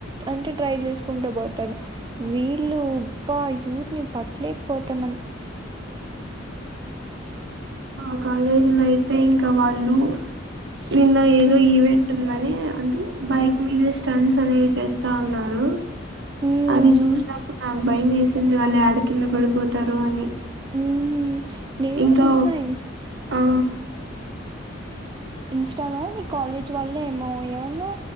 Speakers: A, on the right (about 25°); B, on the right (about 65°).
A: అంటే డ్రైవ్ చేసుకుంటూ పోతారు వీళ్ళు అబ్బాయి యూత్ ని పట్టలేకపోతున్నాం
B: మా కాలేజీలో అయితే ఇంకా వాళ్ళు నిన్న ఏదో
A: ఉమ్
B: ఈవెంట్ ఉందని అన్ బైక్ మీద స్టంస్ అనేవి చేస్తా ఉన్నారు
A: ఉమ్
B: అది చూసినప్పుడు నా భయం వేసింది వాళ్ళు ఎడ కింద పడిపోతారు అని.
A: ఉమ్ నేను
B: ఇంకా
A: చూసిన ఇన్
B: ఆ
A: ఇన్స్టాలో. కాలేజ్ వాల్లే ఏమో ఏమన్నా